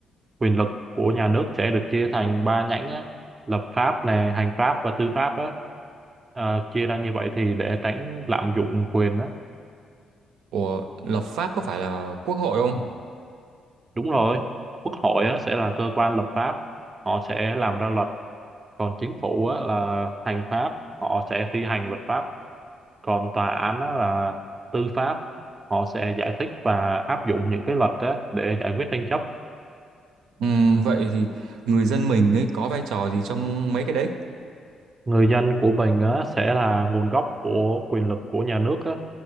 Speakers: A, on the right; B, on the right.
A: quyền lực của nhà nước sẽ được chia thành ba nhánh á lập pháp nè hành pháp và tư pháp á Ờ, chia ra như vậy thì để tránh lạm dụng quyền á
B: ủa lập pháp có phải là quốc hội không
A: đúng rồi quốc hội á sẽ là cơ quan lập pháp họ sẽ làm ra luật còn chính phủ á là hành pháp họ sẽ thi hành luật pháp còn tòa án á là tư pháp họ sẽ giải thích và áp dụng những cái luật á để giải quyết tranh chấp
B: Ừm, vậy thì người dân mình ấy có vai trò gì trong mấy cái đấy?
A: người dân của mình á, sẽ là nguồn gốc của quyền lực của nhà nước á.